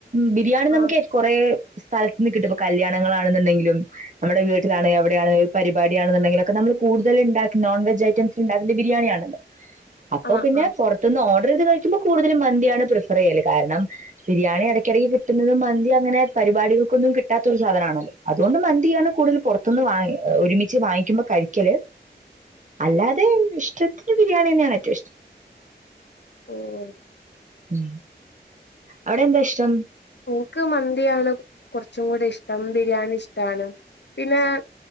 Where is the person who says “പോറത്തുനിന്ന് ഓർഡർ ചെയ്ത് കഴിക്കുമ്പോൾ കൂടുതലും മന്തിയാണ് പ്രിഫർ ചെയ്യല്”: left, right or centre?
Right